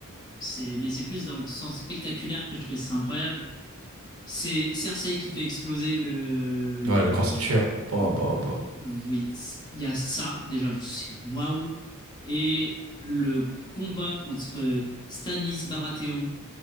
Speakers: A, on the left (about 20°); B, on the right (about 85°).
A: C'est... Mais c'est plus dans le sens spectaculaire que je trouvais ça incroyable. C'est Cersei qui fait exploser le.
B: Ouais, le grand septuaire. Bah,
A: le
B: bah, bah.
A: Oui, c- il y a ça déjà, parce que c'est waouh. Et le combat contre Stanis Baratheon